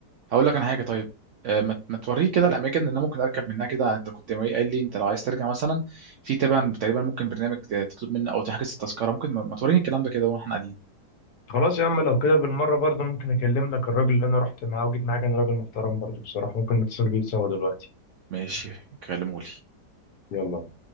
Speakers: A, on the right; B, on the left.
A: هقول لك انا حاجه طيب آه، ما ما توريه كده الاماكن اللي انا ممكن اركب منها كده انت كنت قايل لي انت لو عايز ترجع مثلا في تبع تقريبا ممكن برنامج ت- تطلب منه او تحجز التذكره ممكن ما ما توريني الكلام ده كده واحنا قاعدين
B: خلاص يا عم لو كده بالمرة برضه ممكن أكلم لك الراجل اللي أنا رحت معاه وجيت معاه كان راجل محترم برضه بصراحة ممكن نتصل بيه سوا دلوقتي
A: ماشي كلمه لي
B: يلا